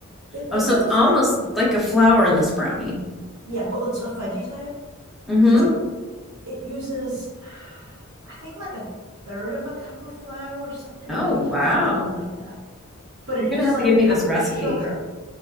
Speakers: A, on the right; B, in the centre.
A: It,
B: Oh,
A: it's
B: so
A: almost
B: it's almost
A: like,
B: like a flourless brownie.
A: yeah, well, it's a fudgy type.
B: Mm-hmm.
A: So it uses, I think, like a third of a cup of flour, something
B: Oh
A: ridiculously
B: wow.
A: little like that. but it
B: You're gonna
A: uses
B: have
A: like
B: to give
A: a
B: me
A: cup
B: this recipe.
A: of sugar.